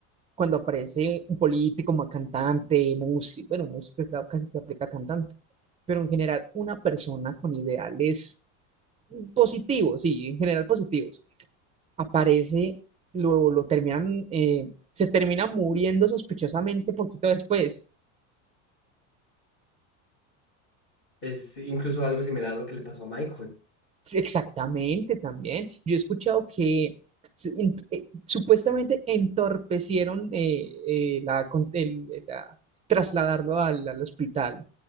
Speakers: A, on the right; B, on the left.
A: cuando aparece un político, un cantante, músico, bueno, músico es la casi que aplica a cantante, pero en general una persona con ideales positivos, sí, en general positivos. aparece, lo, lo terminan, eh, se termina muriendo sospechosamente poquito después.
B: Es incluso algo similar a lo que le pasó a Michael.
A: Sí, Exactamente, también. Yo he escuchado que se- en- eh, supuestamente entorpecieron eh, eh, la, con- el- eh, la- trasladarlo al, al hospital